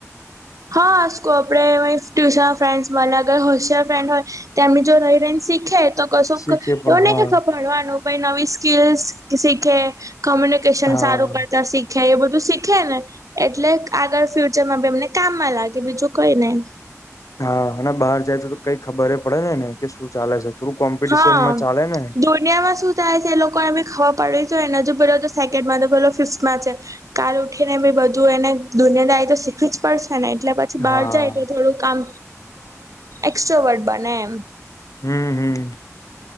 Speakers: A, on the right; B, on the left.
A: હા, આપડે ટ્યુશન ફ્રેન્ડસમા, મને અગર હોશિયાર ફ્રેન્ડ હોય, તેમની જોડે રહી રહીને શીખે તો કશું,
B: શીખે પણ
A: એ નને
B: હા
A: કે ભણવાનું નવી સ્કીલ શીખે. કોમ્યુનિકેશન
B: હા
A: સારું કરતા શીખ્યા, એ બધું શીખેને એટલે આગળ ફ્યુચરમાં બી એમને કામમાં લાગે બીજું કંઈ નઈ.
B: હા, અને બહાર જાય તો તો કંઈ ખબર એ પડે છે ને કે શું ચાલે છે. થોડું કોમ્પિટિશનમાં
A: હા,
B: ચાલે ને
A: દુનિયામાં શું થાય છે એ લોકો એ ખ. પડ તો એને હજુ પેલો સેકન્ડમાં તો પેલો ફિફ્થમાં છે કાલ ઉઠીને એમેં બધું એને દુનિયાદા રિ એતો શીખવી જ પડ ને એટલે પછી બહાર
B: હા
A: જાય તો થોડું કામ એક્સટ્રોવર્ટ બને એમ
B: હમ હમ.